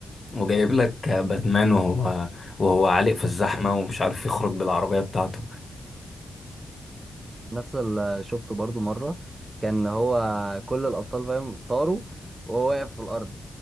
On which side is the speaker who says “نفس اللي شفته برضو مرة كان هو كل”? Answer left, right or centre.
Right